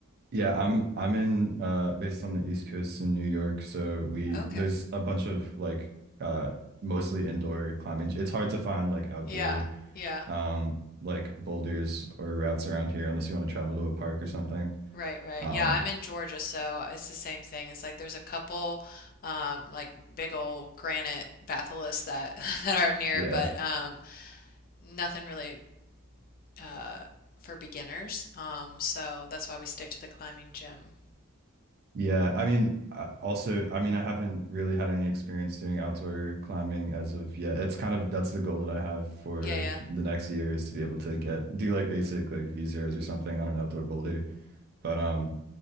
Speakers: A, on the right; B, on the left.
A: Yeah, I'm I'm in uh based on the East Coast in New York, so we
B: Okay.
A: there's a bunch of like uh mostly indoor climbing. It's hard to find like outdoor
B: Yeah, yeah.
A: um like boulders or routes around here unless you want to travel to a park or something.
B: Right, right.
A: Um
B: Yeah, I'm in Georgia, so it's the same thing. It's like there's a couple um like big old granite batholiths that <laughs> that are near,
A: yeah.
B: but um nothing really uh for beginners. Um so that's why we stick to the climbing gym.
A: Yeah, I mean I also I mean I haven't really had any experience doing outdoor climbing as of yet. It's kind of that's the goal that I have for
B: Yeah,
A: the next year is to be able to get do like basic like V zeros or something on an outdoor boulder. But um